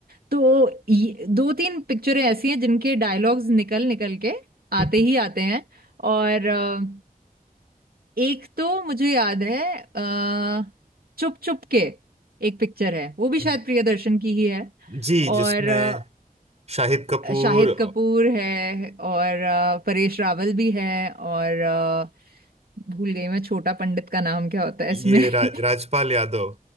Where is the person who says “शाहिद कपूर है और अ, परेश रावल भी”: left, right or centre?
Right